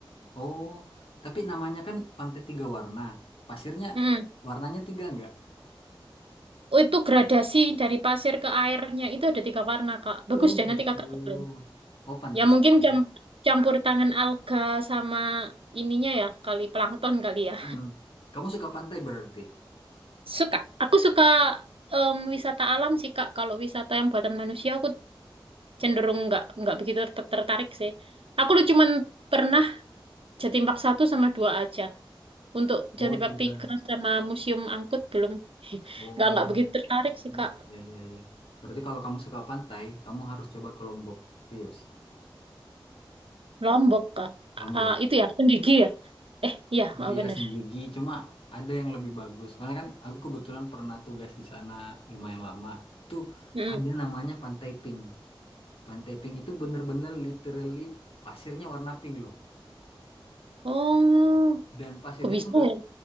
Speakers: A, on the left (about 90°); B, on the right (about 85°).
A: Oh, tapi namanya kan Pantai Tiga Warna. Pasirnya
B: Mm-mm.
A: warnanya tiga enggak?
B: Oh, itu gradasi dari pasir ke airnya itu ada tiga warna, Kak. Bagus
A: Oh
B: deh,
A: gitu.
B: nanti kakak googling.
A: Oh pantesan.
B: Ya mungkin cam- campur tangan alga sama ininya ya, kali plankton kali ya.
A: Hmm. Kamu suka pantai berarti?
B: Suka. Aku suka em, wisata alam sih, Kak. Kalau wisata yang buatan manusia, aku cenderung nggak nggak begitu ter- tertarik sih. Aku lu cuman pernah jatim park satu sama dua aja. Untuk jatim
A: Oh, tiga.
B: park tiga sama Museum Angkut belum <laughs>
A: Oh,
B: nggak nggak begitu tertarik sih
A: mm,
B: Kak.
A: ya ya ya. Berarti kalau kamu suka pantai, kamu harus coba ke Lombok. Serius.
B: Lombok Kak.
A: Lombok.
B: Ah, itu ya Senggigi ya. Eh iya
A: Nah,
B: oh,
A: Iya
B: bener.
A: senggigi cuma ada yang lebih bagus. Soalnya kan aku kebetulan pernah tugas di sana lumayan lama. Tuh
B: Mm.
A: ada namanya Pantai Pink. Pantai Pink itu bener-bener literally pasirnya warna pink loh.
B: Oh,
A: Dan pasirnya
B: aku bisa
A: tuh nggak,
B: ya.